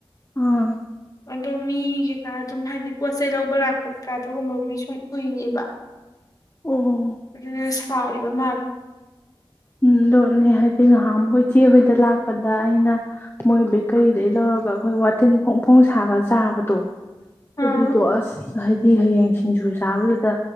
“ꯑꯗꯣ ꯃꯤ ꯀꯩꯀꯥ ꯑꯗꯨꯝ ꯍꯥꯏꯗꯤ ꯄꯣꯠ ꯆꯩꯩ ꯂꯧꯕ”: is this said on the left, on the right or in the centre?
Left